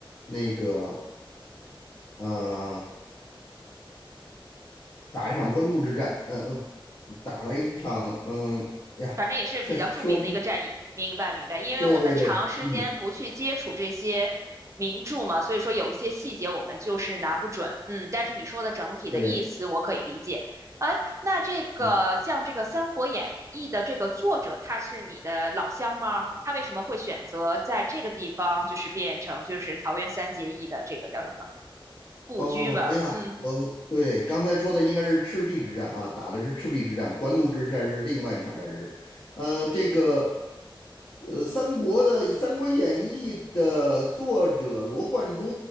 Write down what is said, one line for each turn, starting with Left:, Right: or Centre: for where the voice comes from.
Left: 那个，呃打一场官渡之战，呃呃，打了一场，嗯、哎呀，
Right: 反正也是比较著名的一个战役。
Left: 现在说不出来
Right: 明白，明白。因为我们长时间不去接触这些名著嘛，
Left: 对对对，嗯，
Right: 所以说有一些细节我们就是拿不准。嗯，但是你说的整体的意思我可以理解。
Left: 对，
Right: 哎，那这个像这个《三国演义》的这个作者，
Left: 嗯，
Right: 他是你的老乡吗？他为什么会选择在这个地方，就是变成就是桃园三结义的这个叫什么故居吧？
Left: 哦，哎呀，
Right: 嗯
Left: 我对刚才说的应该是赤壁之战啊，打的是赤壁之战，官渡之战是另外一场战事，呃，这个呃，三国的《三国演义》的作者罗贯中，